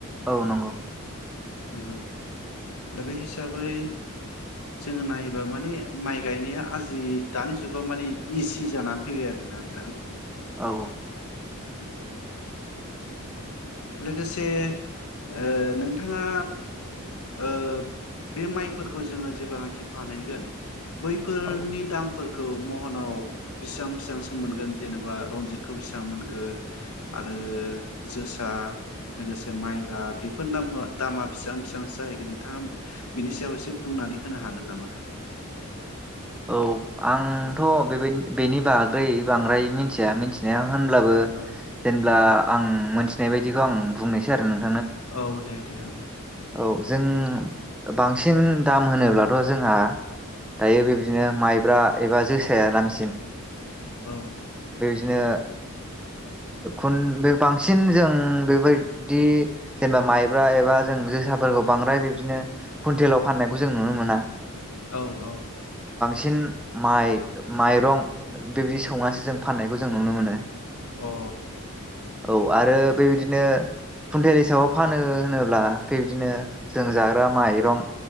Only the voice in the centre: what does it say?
औ नंगौ
औ
औ
औ आंथ बेबाय बेनि बाग्रै बांद्राय मिथिया मिनथिनाया होनब्लाबो
जेनब्ला आं मोनथि बे बायदिखो आं बुंनोसै आरो‌ नों
औ जों बांसिन दाम होनोब्लाथ जोंहा दायो बेबदिनो माइब्रा एबा जोसाया दामसिन
बिदिनो खन बांसि जों बेबायदि जेनेबा माइब्रा एबा जों जोसाफोरखौ बांद्राय बिब्दिनो कुवनटेलाव फाननायखौ जों नुनो मोना।
सिन माइ माइरं बेबायदि सौनासो जों फाननायखौ जों जों नुनो मोनो
औ आरो बेबायदिनो खुन्टेल हिसाबाव फानो होनोब्ला बेबायदिनो जों जाग्रा माइरं